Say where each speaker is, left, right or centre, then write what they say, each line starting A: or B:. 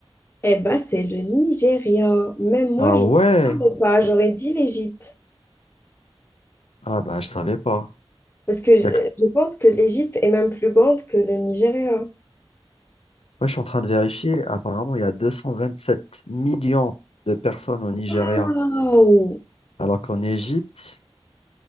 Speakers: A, on the left (about 25°); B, on the left (about 80°).
A: Eh ben, c'est le Nigeria. Même moi,
B: Ah
A: je
B: ouais.
A: ne savais pas. J'aurais dit l'Égypte.
B: Ah bah, je savais pas.
A: Parce que je,
B: Il y a que-
A: je pense que l'Égypte est même plus grande que le Nigeria.
B: Moi, je suis en train de vérifier. Apparemment, il y a deux cent vingt sept millions de personnes au Nigeria.
A: Waouh!
B: Alors qu'en Égypte,